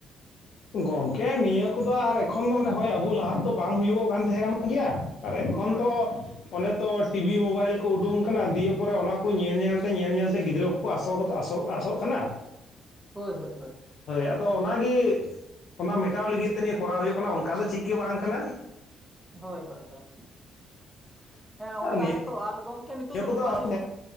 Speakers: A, on the left (about 70°); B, in the centre.
A: ᱜᱚᱝᱠᱮ ᱱᱤᱭᱟᱹ ᱠᱚ ᱫᱚ ᱟᱨ ᱮᱠᱷᱚᱱ ᱫᱚ ᱢᱟᱱᱮ ᱦᱳᱭ ᱟᱵᱚ ᱞᱟᱦᱟ ᱛᱮ ᱵᱟᱝ ᱦᱩᱭᱚᱜᱚᱜ ᱠᱟᱱ ᱛᱟᱦᱮᱸ ᱠᱟᱱ ᱜᱮᱭᱟ᱾ ᱟᱨ ᱮᱠᱷᱚᱱ
B: ᱦᱳᱭ
A: ᱛᱚ ᱚᱱᱮᱛᱚ ᱴᱤᱵᱷᱤ ᱢᱳᱵᱟᱭᱤᱞ ᱠᱚ ᱩᱰᱩᱝ ᱠᱟᱱᱟ ᱫᱤᱭᱮ ᱯᱚᱨᱮ ᱚᱱᱟ ᱠᱚ ᱧᱮᱞ ᱧᱮᱞ ᱛᱮ ᱧᱮᱞ ᱧᱮᱞ ᱛᱮ ᱜᱤᱫᱽᱨᱟᱹ ᱠᱚ ᱠᱚ ᱟᱥ ᱜᱚᱫᱚᱜ ᱟᱥᱚᱜ ᱟᱥᱚᱜ ᱠᱟᱱᱟ᱾
B: ᱦᱳᱭ ᱦᱳᱭ ᱦᱳᱭ ᱾
A: ᱦᱳᱭ ᱟᱫᱚ ᱚᱱᱟ ᱜᱤ ᱚᱱᱟ ᱢᱮᱴᱟᱣ ᱞᱤᱜᱤᱫ ᱛᱮ ᱱᱤᱭᱟᱹ ᱠᱚᱨᱟᱣ ᱦᱩᱭᱩᱜ ᱠᱟᱱᱟ ᱚᱱᱠᱟ ᱫᱚ ᱪᱤᱜ ᱜᱤ ᱵᱟᱝ ᱠᱟᱱᱟ᱾
B: ᱦᱳᱭ ᱦᱳᱭ ᱦᱳᱭ <inaudible> ᱦᱮᱸ
A: ᱟᱨ
B: ᱚᱱᱠᱟ
A: ᱱᱤᱭᱟᱹ
B: ᱜᱮ ᱛᱚ ᱟᱨ ᱜᱚᱝᱠᱮ ᱱᱤᱛᱚᱜ
A: ᱱᱤᱭᱟᱹ
B: ᱫᱚ
A: ᱠᱚᱫᱚ
B: ᱱᱚᱝᱠᱟ ᱦᱩᱭᱩᱜ ᱠᱟᱱᱟ